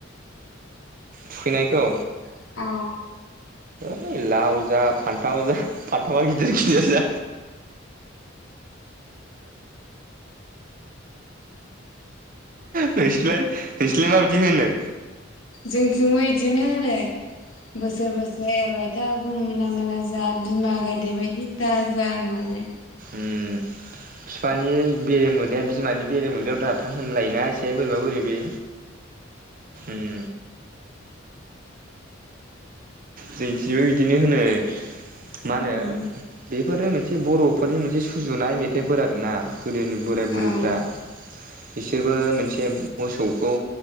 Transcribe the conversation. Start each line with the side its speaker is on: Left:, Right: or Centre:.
Right: थुखैनायखौ
Left: औ
Right: है लाव जा फान्थाव जा फान्थावा गिदिर गिदिर जा नोंसोरलाय नोंसोरलाय माबायदि होनो?
Left: जोंथिंबो इदिनो होनो बोसोर बोसोर एरबाय था बुं मोना मोना जा बिमा गायदे बायदि दा जा होननानै।
Right: ओम फिफानि बेरे मोदैया बिमानि बेरे मोदैयाव दाथां होनलायोना एसे बोरैबा बोरैबि उम जोंथिबो बिदिनो होनो मा होनो
Left: उम
Right: बे बेफोरो मोनसे बर'फोरनि मोनसे सुजुनाय मेथाइफोर आरो ना गोदोनि बोराय बुरैफ्रा
Left: औ उम
Right: बिसोरबो मोनसे मोसौखौ